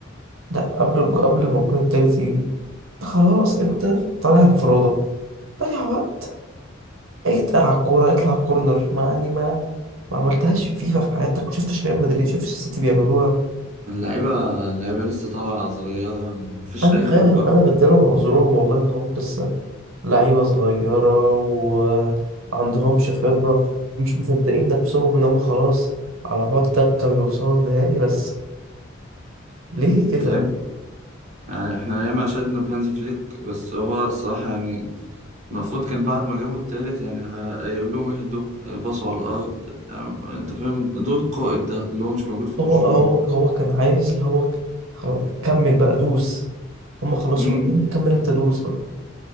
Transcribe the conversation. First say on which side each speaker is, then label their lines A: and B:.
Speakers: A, on the right; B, on the right.
A: لا قبل الج- قبل ما الجون التالت يجي انت خلاص انت
B: آه.
A: طالع انفرادة ضيع وقت اتقل على الكورة اطلع كورنر ما يعني ما ما عملتهاش فيفا في حياتك ما شفتش ريال مدريد شفتش السيتي بيعملوها
B: اللعيبة اللعيبة لسه طالعة صغيرة مفيش
A: انا
B: أي
A: فاهم
B: خبرة
A: انا بديلهم عذرهم والله ان هم لسه لعيبة صغيرة وما عندهمش خبرة مش مصدقين نفسهم ان هم خلاص على بعض تكة ويوصلوا النهائي بس ليه كده
B: اللعب يعني احنا ياما شدنا بهانز فليك بس هو الصراحة يعني المفروض كان بعد ما جابوا التالت يعني ه- هيقول لهم اهدوا آه، باصوا على الأرض آه، أنت فاهم دور القائد ده اللي هو مش موجود في
A: هو
B: برشلونة
A: هو هو كان عايز اللي هو ك- خلاص كمل بقى دوس هم خلاص
B: امم
A: واقفين كمل انت دوس بقى